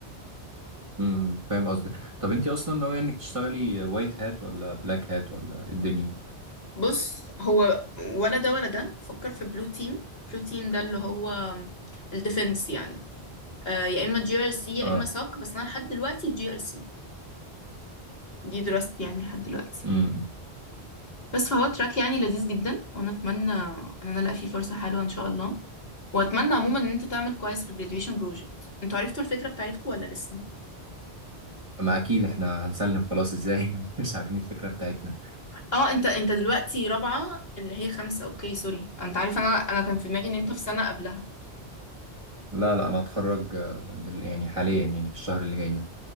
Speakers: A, on the right; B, on the left.
A: امم فاهم قصدك طب انت اصلا ناوية انك تشتغلي وايت هات ولا بلاك هات ولا إيه الدنيا
B: بص هو ولا ده ولا ده فكر في بلو تيم بلو تيم ده اللي هو الديفنس يعني آه، يا اما جي ار سي يا
A: اه
B: اما ساك بس انا لحد دلوقتي جي ار سي دي دراستي يعني لحد دلوقتي
A: امم
B: بس فهو تراك يعني لذيذ جدا وانا اتمنى ان انا الاقي فيه فرصه حلوه ان شاء الله واتمنى عموما ان انت تعمل كويس في الجراديويشن بروجكت انتوا عرفتوا الفكره بتاعتكم ولا لسه
A: ما اكيد احنا هنسلم خلاص ازاي <laughs> مش عارفين الفكره بتاعتنا
B: اه انت انت دلوقتي رابعه اللي هي خمسه اوكي سوري انت عارف انا انا كان في دماغي ان انت في سنه قبلها
A: لا لا انا هتخرج آه، دل... يعني حاليا يعني في الشهر اللي جاي ده